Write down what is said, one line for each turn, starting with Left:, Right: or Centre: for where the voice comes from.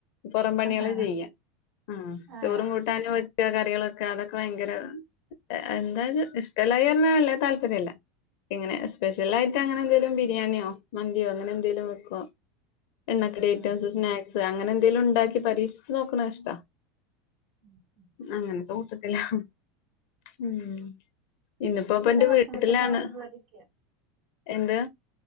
Left: പൊറം പണികള്
Right: ആഹാ
Left: ചെയ്യാ ഉം
Right: ആഹ്
Left: ചോറും കൂട്ടാനും വെക്കൊക്കെ- ണികളൊക്കെ അതൊക്കെ ഭയങ്കര എന്താത് ഇഷ്ടല്ലായി പറഞ്ഞാ വല്യ താല്പര്യില്ല- ഇങ്ങനെ സ്പെഷ്യലായിട്ടങ്ങനെ എന്തെലും ബിരിയാണിയോ മന്തിയോ അങ്ങനെന്തേലും വെക്കോ- എണ്ണക്കടി
Right: ആഹ്
Left: ഐറ്റംസ്
Right: ആഹ്
Left: സ്നാക്സ് അങ്ങനെ എന്തെങ്കിലുണ്ടാക്കി പരീക്ഷിച്ച് നോക്കണതിഷ്ടാ-
Right: ഉം ഉം
Left: ഇന്ന് അങ്ങന
Right: ഉം
Left: തോട്ടത്തിലാ ഉം
Right: ഞങ്ങള്
Left: ഇന്ന്പ്പോ ഇപ്പെന്റെ
Right: ഇവിടെ ഭക്ഷണത്തിന്റെ
Left: വീട്ടിലാണ്
Right: പരിപാടിക്കാ
Left: എന്തെ